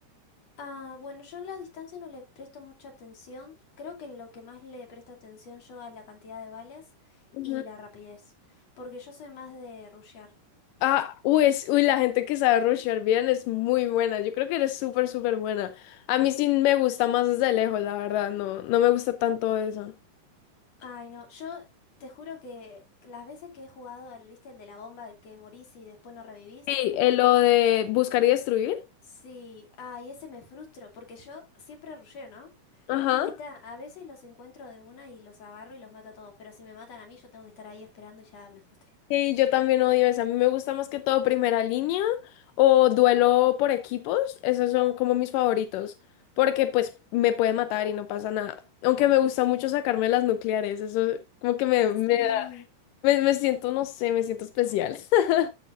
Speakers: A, on the left; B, on the left.
A: Ah, bueno, yo en la distancia no le presto mucha atención. Creo que lo que más le presto atención yo es la cantidad de balas
B: Ujú.
A: y la rapidez, porque yo soy más de rushear.
B: Ah, uy, es- uy, la gente que sabe rushear bien es muy buena. Yo creo que eres súper, súper buena. A mí sí me gusta más desde lejos, la verdad. No, no me gusta tanto eso.
A: Ay, no, yo te juro que las veces que he jugado al, viste, el de la bomba, el que morís y después no revivís,
B: Sí, eh, lo de buscar y destruir.
A: Sí, ay, ese me frustro, porque yo siempre rusheo, ¿no?
B: Ajá.
A: Y ta, a veces los encuentro de una y los agarro y los mato a todos, pero si me matan a mí, yo tengo que estar ahí esperando y ya me frustré.
B: Sí, yo también odio eso. A mí me gusta más que todo primera línea o duelo por equipos. Esos son como mis favoritos, porque pues me pueden matar y no pasa nada. Aunque me gusta mucho sacarme las nucleares, eso como que me, me
A: Sí,
B: da, me, me siento, no sé, me siento especial. <laughs>